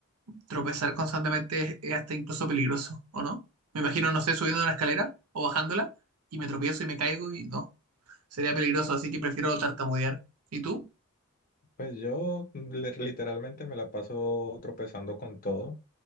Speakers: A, on the right; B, on the left.
A: tropezar constantemente es, es hasta incluso peligroso, ¿o no? Me imagino, no sé, subiendo una escalera o bajándola y me tropiezo y me caigo y no, sería peligroso, así que prefiero tartamudear. ¿Y tú?
B: Pues yo li- literalmente me la paso tropezando con todo.